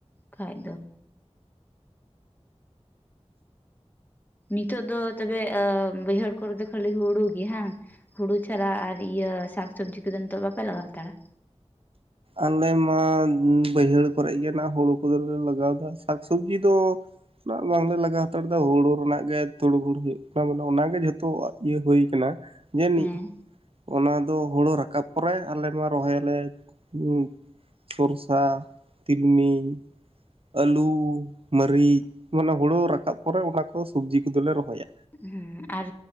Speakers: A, on the left; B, on the right.
A: ᱠᱷᱟᱡ ᱫᱚ ᱱᱤᱛᱚᱜ ᱫᱚ ᱛᱚᱵᱮ ᱵᱟᱹᱭᱦᱟᱹᱲ ᱠᱚᱨᱮ ᱫᱚ ᱠᱷᱟᱹᱞᱤ ᱦᱩᱲᱩ ᱜᱮ ᱦᱟᱝ ᱦᱩᱲᱩ ᱪᱷᱟᱲᱟ ᱟᱨ ᱤᱭᱟᱹ ᱥᱟᱠ ᱥᱚᱵᱽᱡᱤ ᱠᱚᱫᱚ ᱱᱤᱛᱚᱜ ᱵᱟᱯᱮ ᱞᱟᱜᱟᱣ ᱦᱟᱛᱟᱲᱟ
B: ᱟᱞᱮ ᱢᱟ ᱵᱟᱹᱭᱦᱟᱹᱲ ᱠᱚᱨᱮ ᱜᱮ ᱱᱟᱦᱟᱜ ᱦᱩᱲᱩ ᱠᱚᱫᱚᱞᱮ ᱞᱟᱜᱟᱣᱫᱟ, ᱥᱟᱠ ᱥᱚᱵᱽᱡᱤ ᱫᱚ ᱱᱟᱜ ᱵᱟᱝᱞᱮ ᱞᱟᱜᱟᱣ ᱦᱟᱛᱟᱲ ᱫᱟ ᱦᱩᱲᱩ ᱨᱮᱱᱟᱜ ᱜᱮ ᱛᱩᱲᱩ ᱦᱩᱲᱩ ᱦᱩᱭᱩᱜ ᱠᱟᱱᱟ ᱢᱟᱱᱮ ᱚᱱᱟᱜᱮ ᱡᱷᱚᱛᱚ ᱤᱭᱟᱹ ᱦᱩᱭ ᱠᱟᱱᱟ ᱡᱟᱹᱱᱤᱡ,
A: ᱦᱮᱸ
B: ᱚᱱᱟ ᱫᱚ ᱦᱩᱲᱩ ᱨᱟᱠᱟᱵ ᱯᱚᱨᱮ ᱟᱞᱮ ᱢᱟ ᱨᱚᱦᱚᱭᱟᱞᱮ <unintelligible> ᱥᱚᱨᱥᱟ ᱛᱤᱞᱢᱤᱧ ᱟᱹᱞᱩ ᱢᱟᱹᱨᱤᱪ ᱢᱟᱱᱮ ᱦᱩᱲᱩ ᱨᱟᱠᱟᱵ ᱯᱚᱨᱮ ᱚᱱᱟ ᱠᱚ ᱥᱩᱵᱡᱤ ᱠᱚᱫᱚᱞᱮ ᱨᱚᱦᱚᱭᱟ᱾
A: ᱦᱩᱸ ᱟᱨ